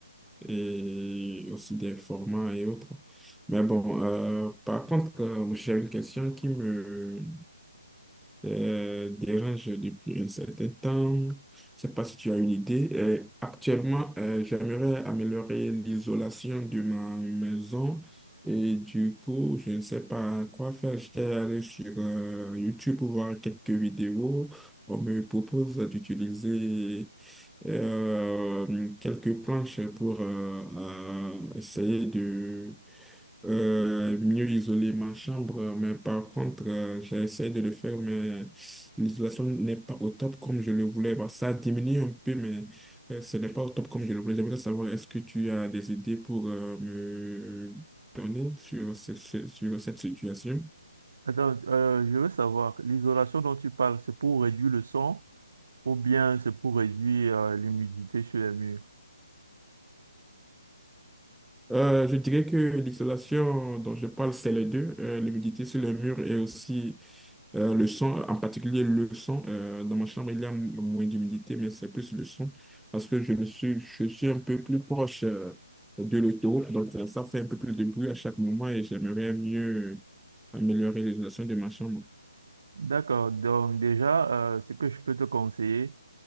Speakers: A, in the centre; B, on the right.
A: et aussi des formats et autres. Mais bon, euh, par contre, euh, j'ai une question qui me, euh, dérange depuis un certain temps. Je ne sais pas si tu as une idée. Euh, actuellement, euh, j'aimerais améliorer l'isolation de ma maison et du coup, je ne sais pas quoi faire. J'étais allé sur euh, YouTube pour voir quelques vidéos. On me propose d'utiliser euh, quelques planches pour euh, euh, essayer de euh, mieux isoler ma chambre, mais par contre, euh, j'essaie de le faire, mais l'isolation n'est pas au top comme je le voulais. Bah, ça diminue un peu, mais euh, ce n'est pas au top comme je le voulais. J'aimerais savoir, est-ce que tu as des idées pour euh, me donner sur, ce- ce- sur cette situation?
B: Attends, euh, je veux savoir, l'isolation dont tu parles, c'est pour réduire le son ou bien c'est pour réduire euh, l'humidité sur les murs?
A: Euh, je dirais que l'isolation dont je parle, c'est les deux, euh, l'humidité sur le mur et aussi euh, le son, en particulier le son. Euh, dans ma chambre, il y a m- moins d'humidité, mais c'est plus le son parce que je me suis, je suis un peu plus proche euh, de l'autoroute, donc euh, ça fait un peu plus de bruit à chaque moment et j'aimerais mieux améliorer l'isolation de ma chambre.
B: D'accord, donc déjà, euh, ce que je peux te conseiller,